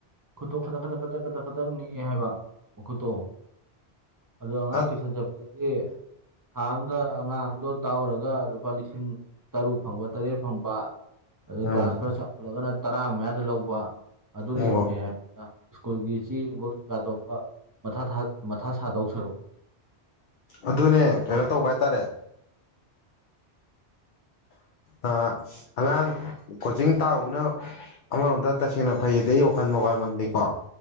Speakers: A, on the right; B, on the left.
A: ꯈꯨꯨꯠꯇꯣ ꯈꯗꯛ ꯈꯗꯛ ꯈꯇꯛ ꯈꯇꯛ ꯈꯇꯛ ꯅꯤꯛꯑꯦ ꯍꯥꯏꯕ ꯃꯈꯨꯠꯇꯣ ꯑꯗꯣ ꯑꯉꯥꯡ
B: ꯑꯠ
A: ꯇꯨꯏꯁꯟ ꯆꯠꯄ ꯗꯨꯗꯤ ꯊꯥ ꯑꯃꯗ ꯑꯉꯥꯡ ꯑꯃꯗꯣ ꯇꯥꯛꯎꯔꯒ ꯂꯨꯄꯥ ꯂꯤꯁꯤꯡ ꯇꯔꯨꯛ ꯐꯪꯕ ꯇꯔꯦꯠ ꯐꯪꯕ ꯑꯗ
B: ꯎꯝ
A: ꯀ꯭ꯂꯥꯁ ꯈꯔ ꯆꯥꯎꯈꯠꯂꯒꯅ ꯇꯔꯥ ꯃꯌꯥꯗ ꯂꯧꯕ ꯑꯗꯨꯅ
B: ꯑꯣ
A: ꯍꯦꯟꯅ ꯐꯩ ꯍꯥꯏ ꯗ ꯏꯁ꯭ꯀꯨꯜꯒꯤ ꯆꯦꯒꯨꯝꯕ ꯀꯩꯀꯥ ꯇꯧꯕ ꯃꯊꯥ ꯊꯥ ꯃꯊꯥ ꯁꯥꯗꯧ ꯁꯔꯨꯛ
B: ꯑꯗꯨꯅꯦ ꯀꯩꯅꯣ ꯇꯧꯕ ꯍꯥꯏꯇꯥꯔꯦ ꯑꯍꯝ ꯑ ꯑꯉꯥꯡ ꯀꫭ ꯆꯤꯡ ꯇꯥꯔꯨꯕꯅ ꯑꯃꯔꯣꯝꯗ ꯇꯁꯦꯡꯅ ꯐꯩꯌꯦꯗꯤ ꯑꯩ ꯋꯥꯈꯜ ꯋꯥꯈꯜꯃꯅꯤꯀꯣ